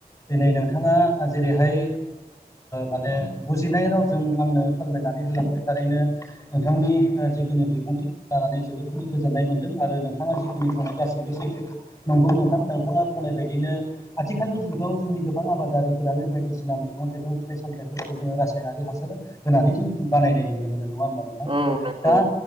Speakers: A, on the left; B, on the right.
A: दिनै नोंथाङा जेरैहाय माने बुजिनाय रावजों आंनो फोरमायनानै होलांबाय थारैनो नोंथांनि जिखिनि बिबुंथि जानानै जोबोदखिनि गोजोननाय मोनदों आरो नोंथाङा जिखिनि बुंनाय गासैबो सैथो नंगौ नोंथां नोंथाङा बुंनाय बायदिनो आथिखालनि जुगाव जोंनि गोबां आबादारिफोरानो बायदिसिना मैगं थाइगं फिथाइ सामथायफोरखौ जोङो रासायनारि हासार होनानै जों बानायनाय नुनो मोन नंङा होनबा नोंथां
B: ओ औ नंगौ
A: दा